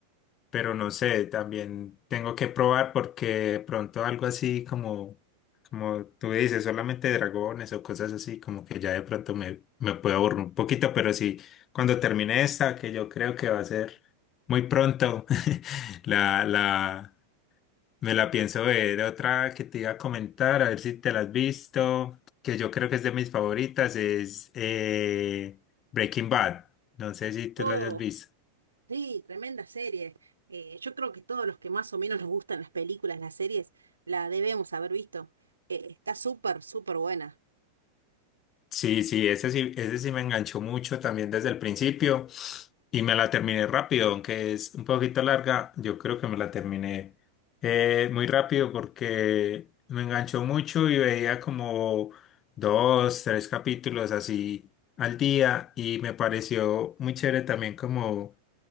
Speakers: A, on the left (about 30°); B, on the right (about 75°).
A: pero no sé, también tengo que probar porque de pronto algo así como Como tú dices, solamente dragones o cosas así, como que ya de pronto me, me puedo aburrir un poquito, pero sí, cuando termine esta, que yo creo que va a ser muy pronto, <laughs> la, la, me la pienso ver. Otra que te iba a comentar, a ver si te la has visto, que yo creo que es de mis favoritas, es eh, Breaking Bad. No sé si tú
B: Oh,
A: la hayas visto.
B: sí, tremenda serie. Eh, yo creo que todos los que más o menos nos gustan las películas, las series, la debemos haber visto. Eh, está súper, súper buena.
A: Sí, sí, ese sí, ese sí me enganchó mucho también desde el principio y me la terminé rápido, aunque es un poquito larga, yo creo que me la terminé eh, muy rápido porque me enganchó mucho y veía como dos, tres capítulos así al día y me pareció muy chévere también como